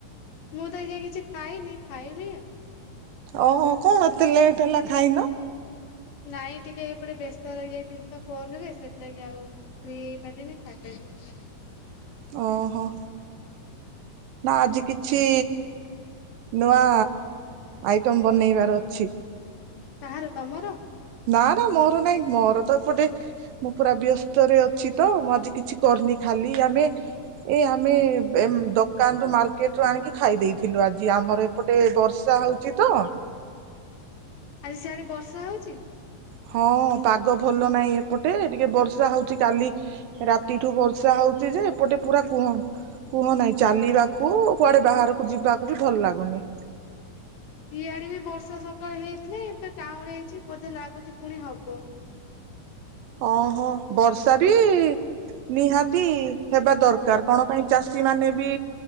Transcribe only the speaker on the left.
ମୁଁ ତ ଏ ଯାଏ କିଛି ଖାଇନି ଖାଇବି ଆଉ।
ନାଇଁ ଟିକେ ଏପଟେ ବ୍ୟସ୍ତ ରହି ଯାଇଥିଲି ତ ଫୋନ ରେ ସେଥିଲାଗି ଆଉ ଫ୍ରି ହେଇପାରିଲିନି ଖାଇପାରି ହଁ
କାହାର ତମର?
ଆଜି ସିଆଡେ ବର୍ଷା ହଉଚି?
ଇଆଡ଼େ ବି ବର୍ଷା ସକାଳେ ହେଇଥିଲେ ଏବେ କାଉଁଲେଇଚି ବୋଧେ ଲାଗୁଛି ପୁଣି ହବ।